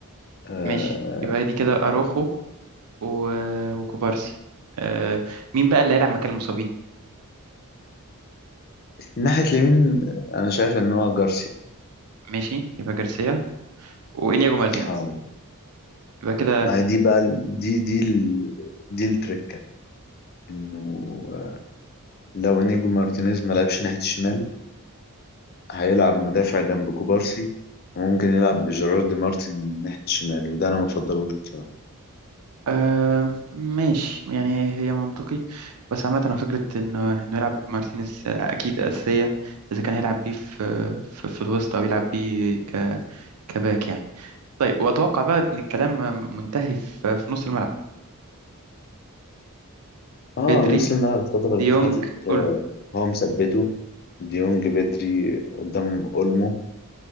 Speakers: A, on the left; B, on the right.
A: آه،
B: ماشي يبقى دي كده اروخو و... وكوبارسي آه مين بقى اللي هيلعب مكان المصابين
A: ناحية اليمين آه، أنا شايف إن هو جارسيا
B: ماشي يبقى جارسيا وانياجو مارتينيز
A: اه
B: يبقى كده
A: ما هي دي بقى ال- دي دي ال... دي التركة إنه آه، لو إنيجو مارتينيز ما لعبش ناحية الشمال هيلعب مدافع جنب كوبارسي وممكن يلعب بجيرارد مارتن ناحية الشمال وده أنا ما بفضلوش بصراحة
B: آه ماشي يعني هي منطقي بس عامة هو فكرة إنه إنه يلعب مارتينيز أكيد أساسية إذا كان هيلعب بيه في في, في الوسط أو يلعب بيه ك كباك يعني طيب وأتوقع بقى إن الكلام منتهي في, في نص الملعب
A: اه
B: بدري
A: نص الملعب الفترة اللي
B: ديونج
A: فاتت آه،
B: أولمو
A: هو مثبته ديونج بدري قدام أولمو